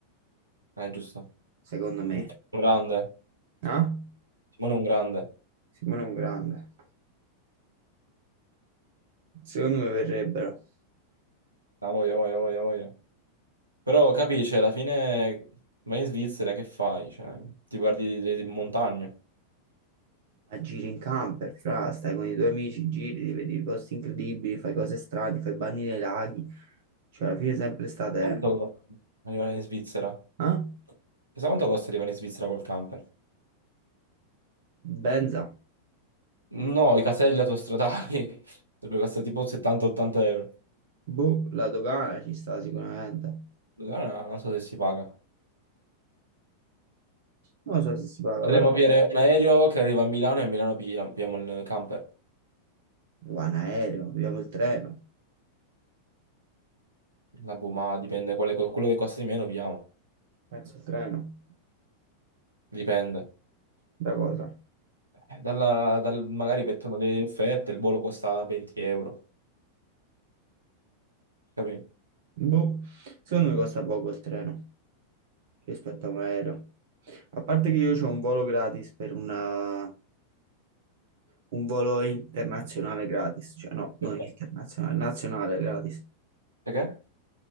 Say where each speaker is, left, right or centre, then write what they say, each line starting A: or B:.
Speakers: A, on the right; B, on the right.
A: Eh, giusto.
B: secondo me.
A: Un grande.
B: No?
A: Simone è un grande.
B: Simone è un grande. Secondo me verrebbero.
A: Ah, voglia, voglia, voglia, voglia. Però capisci, alla fine vai in Svizzera, che fai? Cioè, ti guardi le, le montagne.
B: Ma giri in camper, fra, stai con i tuoi amici, giri, ti vedi posti incredibili, fai cose strane, fai bagni nei laghi. Cioè, alla fine sempre state...
A: Quanto costa arrivare in Svizzera?
B: Eh?
A: Chissà quanto costa arrivare in Svizzera col camper?
B: Benza.
A: No, i caselli autostradali <laughs> dovrebbero costare tipo 70-80 euro.
B: Boh, la dogana ci sta sicuramente.
A: Allora, Non so se si paga.
B: Non so se si paga,
A: Potremmo
B: però...
A: pigliare un aereo che arriva a Milano e a Milano piglia- pigliamo il camper.
B: Va in aereo, abbiamo il treno,
A: La boh, ma dipende, quale- co- quello che costa di meno pigliamo.
B: penso il treno,
A: Dipende.
B: da cosa?
A: Eh, dalla- dal- magari mettono le offerte, il volo costa 20 euro. Capito?
B: Boh, secondo me costa poco il treno rispetto a un aereo. A parte che io ho un volo gratis per una- un volo internazionale gratis, cioè no,
A: Perché?
B: non internazionale, nazionale gratis.
A: Perché?